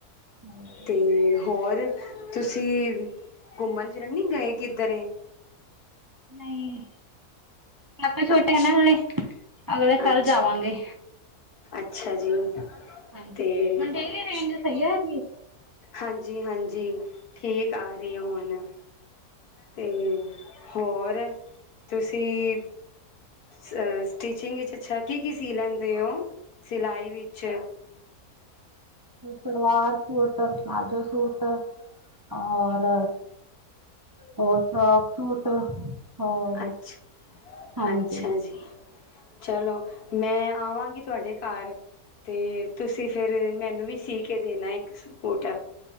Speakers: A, on the right; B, on the left.
A: ਹੋਰ
B: ਤੇ ਹੋਰ ਤੁਸੀਂ ਘੁੰਮਣ ਫਿਰਨ ਨੀ ਗਏ ਕਿੱਧਰੇ?
A: ਨਈ ਕਾਕਾ ਛੋਟੇ
B: ਅੱਛਾ
A: ਨਾ ਹਲੇ ਅਗਲੇ ਸਾਲ
B: ਅੱਛਾ
A: ਜਾਵਾਂਗੇ।
B: ਅੱਛਾ ਜੀ। ਅਤੇ
A: ਹਾਂਜੀ ਮੰਡੇ ਕੇ ਰੇਂਜ ਸਈ ਐ <unintelligible>
B: ਹਾਂਜੀ-ਹਾਂਜੀ ਠੀਕ ਆ ਰਈ ਆ ਹੁਣ। ਤੇ ਹੋਰ ਤੁਸੀਂ ਸ ਸਟਿਚਿੰਗ ਵਿੱਚ ਅੱਛਾ ਕੀ-ਕੀ ਸੀ ਲੈਂਦੇ ਓ ਸਿਲਾਈ ਵਿੱਚ?
A: ਸਲਵਾਰ ਸੂਟ, ਪਲਾਜੋ ਸੂਟ, ਔਰ ‌ਔਰ ਫਰਾਕ ਸੂਟ ਹੋਰ
B: ਅੱਛ
A: ਹਾਂਜੀ
B: ਅੱਛਾ ਜੀ ਚਲੋ, ਮੈਂ ਆਵਾਂਗੀ ਤੁਹਾਡੇ ਘਰ ਤੇ ਤੁਸੀਂ ਫੇਰ ਮੈਨੂੰ ਵੀ ਸੀ ਕੇ ਦੇਣਾ ਇੱਕ ਸੂਟ